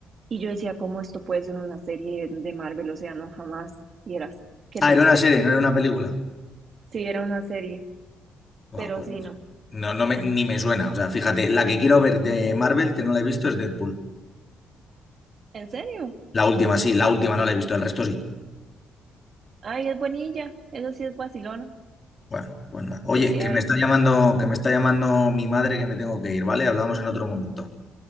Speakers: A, on the right; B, on the left.
A: Y yo decía, ¿cómo esto puede ser una serie de Marvel? O sea, no, jamás vieras. Qué
B: Ah,
A: tristeza.
B: era una serie, no era una película.
A: Sí, era una serie,
B: Ah,
A: pero
B: pues
A: sí,
B: no
A: no.
B: sé. No, no me- ni me suena. O sea, fíjate, la que quiero ver de Marvel, que no la he visto, es Deadpool.
A: ¿En serio?
B: La última, sí, la última no la he visto, el resto sí.
A: Ay, es bonilla. eso sí es vacilona.
B: Bueno, pues nada. Oye,
A: Debería
B: que me
A: verla.
B: está llamando, que me está llamando mi madre que me tengo que ir, ¿vale? Hablamos en otro momento.